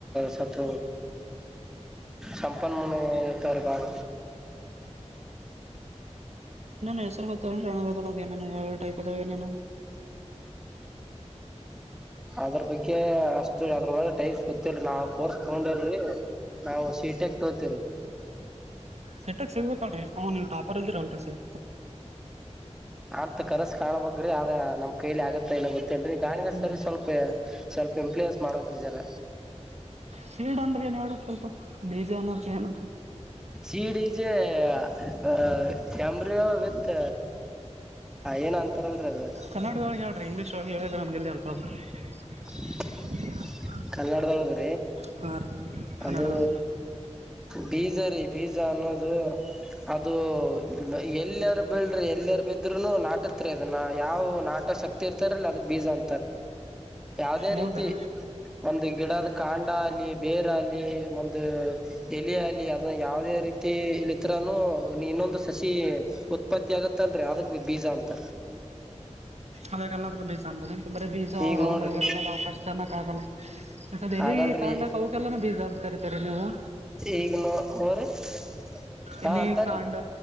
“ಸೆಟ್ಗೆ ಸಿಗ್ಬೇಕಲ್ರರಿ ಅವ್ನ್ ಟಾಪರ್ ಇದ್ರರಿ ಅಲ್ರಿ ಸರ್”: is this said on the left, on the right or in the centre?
Right